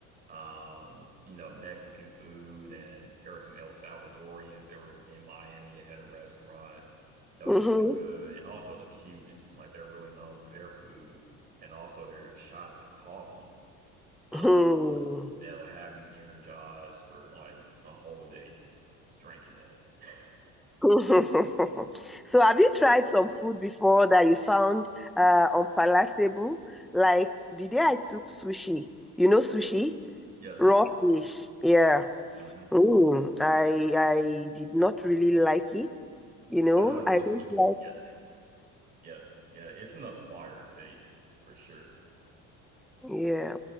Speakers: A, on the right; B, in the centre.
A: um, you know, Mexican food and there were some El Salvadorians that were in Miami that had a restaurant that was
B: Mhm.
A: really good and also the Cubans, like they're really known for their food and also their shots of coffee. Um,
B: Hmm.
A: that'll have you energized for like a whole day drinking that. <laughs>
B: <laughs> So, have you tried some food before that you found uh, unpalatable? Like the day I took sushi, you know, sushi,
A: Yep.
B: raw fish. Yeah.
A: hmm
B: Mm. I I did not really like it. You know,
A: I don't really,
B: I don't like.
A: yeah. Yeah, yeah, it's an acquired taste for sure.
B: Yeah.